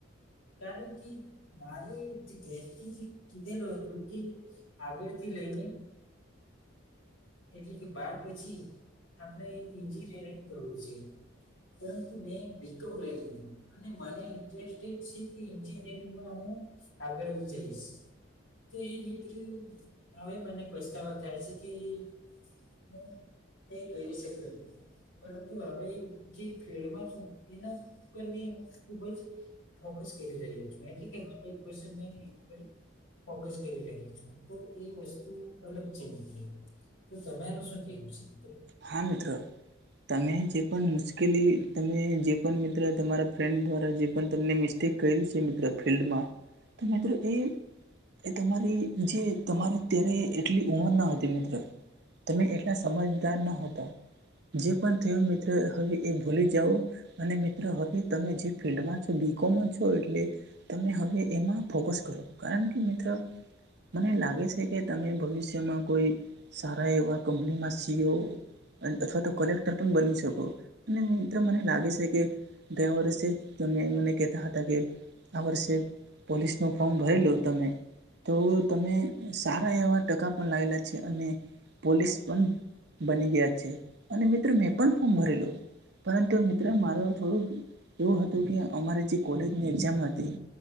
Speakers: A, on the left; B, on the right.
A: કારણ કે મારે જે ઘેર થી કીધેલું હતું કે આગળથી લઈને એટલે કે બાર પછી આપણેે એન્જિનિયરિંગ કરવું છે. પરંતુ મેં બી કોમ લઈ લીધું અને મને ઇન્ટરેસ્ટેડ છે કે એન્જિનિયરિંગમાં હું આગળ <unintelligible> કે એની <unintelligible> <unintelligible> હવે મને પસ્તાવો થાય છે કે એ હું તે કરી શકત નહીં પરંતુ હવે જે ફિલ્ડમાં છું, એના પર મે ખુબ જ ફોકસ કરી રહ્યો છું, એટલે કે હન્ડ્રેડ પરસન્ટ એના પર મેં ફોકસ કરી રહ્યો છું, તો એ વસ્તુ અલગ છે મિત્ર. તો તમારું શું કેવું છે મિત્ર?
B: હા મિત્ર. તમે જે પણ મુશ્કેલી, તમે જે પણ મિત્ર તમારા ફ્રેન્ડ દ્વારા જે પણ તમને મિસ તે <unintelligible> છે મિત્ર ફિલ્ડમાં, તો મિત્ર એ એ તમારી જે તમારે અત્યારે એટલી ઉમર ન હતી મિત્ર તમે એટલા સમજદાર ન હતા જે પણ થયું મિત્ર હવે એ ભૂલી જાઓ અને મિત્રો હવે તમે જે ફિલ્ડમાં છો બીકોમમાં છો એટલે તમે હવે એમાં ફોકસ કરો કારણ કે મિત્ર મને લાગે છે કે તમે ભવિષ્યમાં કોઈ સારા એવા કંપની માં <unintelligible> અન અથવા તો કલેક્ટર પણ બની શકો, અને મિત્ર મને લાગે છે કે ગયા વરસે તમે મને કહેતા હતા કે આ વર્ષે પોલીસ નો ફોર્મ ભરી લો તમે તો તમે સારા એવા ટકા પણ લાવેલા છે, અને પોલીસ પણ બની ગયા છે, અને મિત્ર મેં પણ ફોર્મ ભરેલું. પરંતુ મિત્ર માર થોડુંક એવું હતું કે અમારી જે કોલેજની એક્ઝામ હતી.